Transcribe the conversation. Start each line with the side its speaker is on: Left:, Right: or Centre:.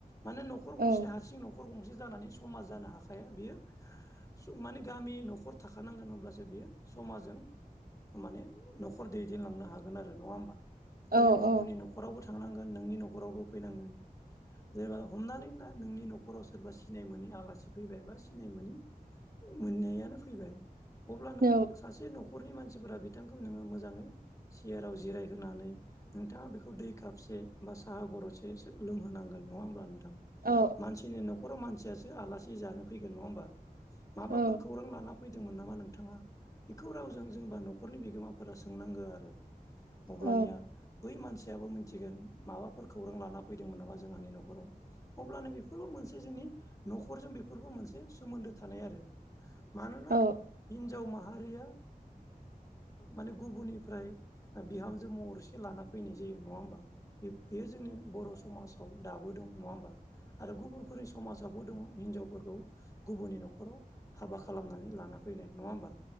Left: माने न'खर गंसे
Right: औ
Left: हारसिं न'खर गंसे जानानै समाज जानो हा बियो माने गामि न'खर थाखानांगोन अब्लासो बियो समाजजों। माने न'खर दैदेनलांनो हागोन आरो नङा होमबा
Right: औ
Left: जेरै गुबुननि
Right: औ
Left: न'खरावबो। थांनांगोन नोंनि न'खरावबो फैनांगोन। जेनेबा हमनानै ला नोंनि न'खराव सोरबा सिनाय मोनि आलासि। फैबाय बा सिनाय मोननायानो फैबाय अब्ला नोङो
Right: औ
Left: सासे न'खरनि मानसि। फोरा बिथांखौ नोङो मोजाङै सियाराव जिराय। होनानै नोंथाङा बेखौ दै कपसे बा साहा गरसे लोंहोनांगोन नङा होमब्ला नोंथां। मानसिनि
Right: औ
Left: न'खराव मानसियासो आलासि जानो फैगोन नङा होनबा माबाफोर
Right: औ
Left: खौरां लाना। फैदोंमोन नामा नोंथाङा बेखौ रावजों जेनबा न'खरनि बिगोमाफोरा सोंनांगो आरो। अब्लानिया
Right: औ
Left: बै मिथिगोन माबाफोर खौरां लाना फैदोंमोन नामा जोंहानि न'खराव अब्लानो बेफोरबो मोनसे जोंनि। न'खजों बेफोरबो मोनसे सोमोन्दो थानाय आरो मानोना
Right: औ
Left: हिनजाव माहारि। रिया माने गुबुननिफ्राय बिहामजो महरैसो लाना फैनाय जायो नङा होमबा बे बेयो जोंनि बर' समाजाव। दाबोदों नङा होमबा आरो गुबुनफोरनि समाजावबो दङ। हिनजावफोरखौ गुबुननि न'खराव हाबा खालामनानै लाना फैनाय नङा होमबा?